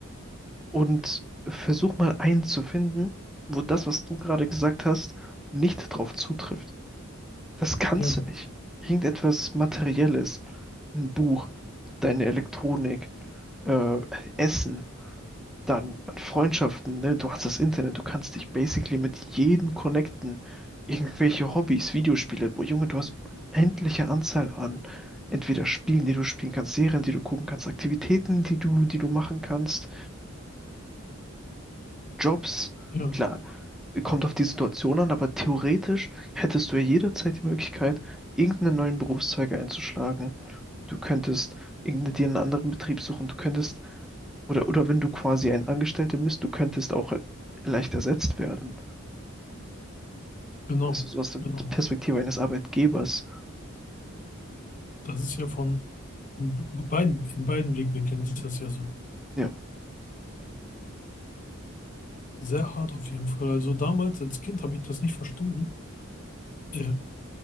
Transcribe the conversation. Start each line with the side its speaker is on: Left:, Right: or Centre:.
Centre: und versuch mal einen zu finden, wo das, was du gerade gesagt hast, nicht drauf zutrifft. Das kannst
Left: Ja,
Centre: du nicht. Irgendetwas Materielles, ein Buch, deine Elektronik, äh, Essen, dann an Freundschaften, ne? Du hast das Internet, du kannst dich basically mit jedem connecten. Irgendwelche Hobbys, Videospiele, wo Junge, du hast unendliche Anzahl an entweder Spielen, die du spielen kannst, Serien, die du gucken kannst, Aktivitäten, die du, die du machen kannst, Jobs.
Left: ja,
Centre: Klar, kommt auf die Situation an, aber theoretisch hättest du ja jederzeit die Möglichkeit, irgendeinen neuen Berufszweig einzuschlagen. Du könntest irgendeinen dir einen anderen Betrieb suchen, du könntest Oder, oder wenn du quasi ein Angestellter bist, du könntest auch äh, leicht ersetzt werden.
Left: genau,
Centre: Weißt du, so aus der
Left: genau.
Centre: Perspektive eines Arbeitgebers.
Left: Das ist ja von von be- beiden, in beiden Blickwinkeln ist das ja so.
Centre: Ja.
Left: Sehr hart auf jeden Fall. Also damals als Kind habe ich das nicht verstanden. Äh,